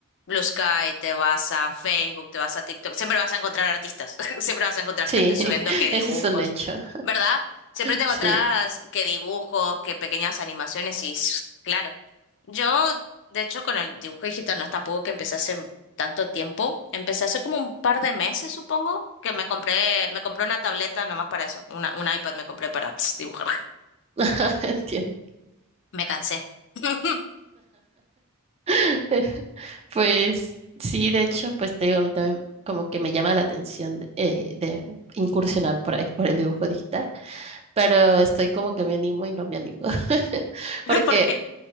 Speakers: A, on the left; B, on the right.
A: Blue Sky, te vas a Facebook, te vas a TikTok, siempre vas a encontrar artistas, <laughs> siempre vas a encontrar
B: Sí,
A: gente subiendo
B: <laughs>
A: que dibujos,
B: ese es un hecho.
A: ¿verdad? Siempre te encontrás
B: Sí,
A: que dibujos, que pequeñas animaciones y s- claro, yo, de hecho, con el dibujo digital no es tampoco que empecé hace tanto tiempo, empecé hace como un par de meses, supongo, que me compré, me compré una tableta nomás para eso, una, un iPad me compré para tss, dibujar.
B: <laughs> entiendo.
A: Me cansé. <laughs>
B: <laughs> Pues sí, de hecho, pues te digo, a mí también como que me llama la atención de, eh, de incursionar por ahí, por el dibujo digital, pero estoy como que me animo y no me animo, <laughs> porque
A: ¿Por qué?